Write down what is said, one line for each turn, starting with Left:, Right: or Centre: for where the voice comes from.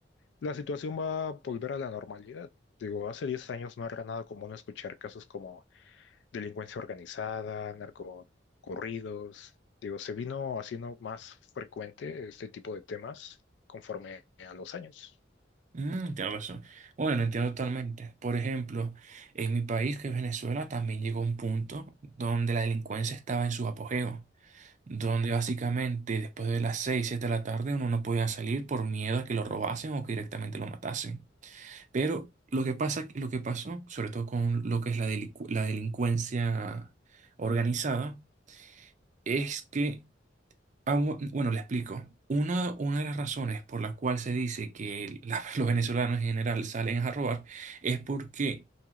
Left: la situación va a volver a la normalidad. Digo, hace 10 años no era nada común escuchar casos como delincuencia organizada, narcocorridos. Digo, se vino haciendo más frecuente este tipo de temas conforme a los años.
Right: Mm, tienes razón. Bueno, entiendo totalmente. Por ejemplo, en mi país, que es Venezuela, también llegó un punto donde la delincuencia estaba en su apogeo, donde
Left: Ujú,
Right: básicamente después de las 6, 7 de la tarde uno no podía salir por miedo a que lo robasen o que directamente lo matasen. Pero lo que pasa, lo que pasó, sobre todo con lo que es la, delincu- la delincuencia organizada, es que, ah, bu- bueno, le explico. Una, una de las razones por la cual se dice que la- <laughs> los venezolanos en general salen a robar es porque,